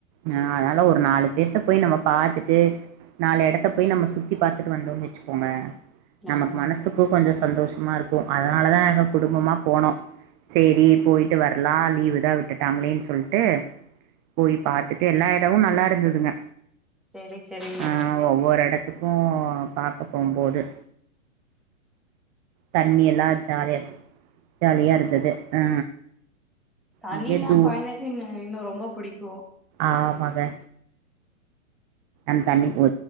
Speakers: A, on the right; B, in the centre.
A: ஆ அதனால ஒரு நாலு பேத்த போய் நம்ம பாத்துட்டு நாலு இடத்த போய் நம்ம சுத்தி பாத்துட்டு வந்தோம்ன்னு வச்சுக்கோங்கல நமக்கு
B: ஆமாங்க
A: மனசுக் கொஞ்ச சந்தோஷமா இருக்கும் அதனால தா நாங்க குடும்பமா போனோ சேரி போயிட்டு வரலா லீவு தா விட்டுட்டாங்களேன்னு சொல்லிட்டு போய் பாத்துட்டு எல்லா இடமு நல்லா இருந்து துங்க
B: செரி செரிங்க
A: ஆ ஒவ்வொரு இடத்துக்கும் பாக்க போம்போது தண்ணி எல்லா ஜாலியா ஜாலியா இருந்தது ஆ
B: தண்ணினா
A: நெறைய தூ
B: குழந்தைக்கு இன்னு ரொம்ப புடிக்கும்
A: ஆமாங்க ந தண்ணிக்கு